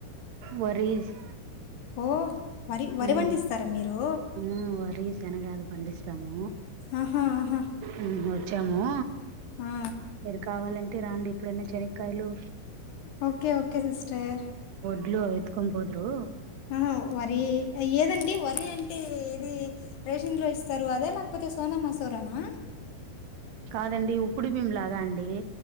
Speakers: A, on the right; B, on the left.
A: వరీ స్
B: ఓ వరి వరి
A: ఉమ్
B: పండిస్తారా మీరు
A: ఆ వరి సెనగా అది పండిస్తమూ
B: ఆహా ఆహా
A: ఉమ్ చ్చముో
B: ఆ
A: మీరు కావాలంటే రాండి ఎప్పుడన్న చెనక్కయలు
B: ఓకే ఓకే సిస్టర్
A: డ్లు ఎత్కొని పోద్ రూ
B: ఉమ్ వరి ఏదండి వరి అంటే ఏది రేషన్ లో ఇస్ త అదే నా లేకపోతే సోనా మసూరనా
A: కాదండి ఉప్పుడి బీమ్ లాగా అండి